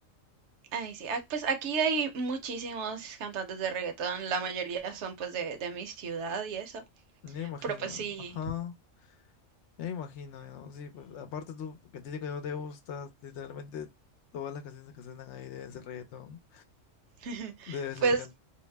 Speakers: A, on the right; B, on the left.
A: Ay, sí. Ah, Pues aquí hay muchísimos cantantes de reggaetón, la mayoría son pues de, de mi ciudad y eso.
B: Ya imagino,
A: Pero pues sí,
B: ajá. Ya imagino, ¿no? Sí, pues, aparte tú, que a ti que no te gusta, literalmente todas las canciones que suenan ahí deben ser reggaetón.
A: <laughs>
B: Debe ser
A: pues